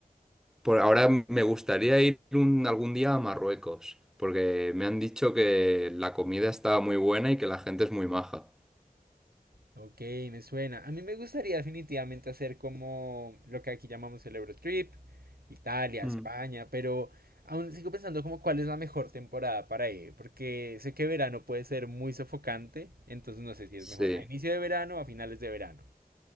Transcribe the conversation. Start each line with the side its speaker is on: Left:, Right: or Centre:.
Centre: por ahora me gustaría ir un- algún día a Marruecos, porque me han dicho que la comida está muy buena y que la gente es muy maja.
Right: Ok, me suena. A mí me gustaría definitivamente hacer como lo que aquí llamamos el Eurotrip, Italia,
Centre: Mm.
Right: España, pero aún sigo pensando como cuál es la mejor temporada para ir, porque sé que verano puede ser muy sofocante, entonces no sé si es
Centre: Sí.
Right: mejor a inicio de verano o a finales de verano.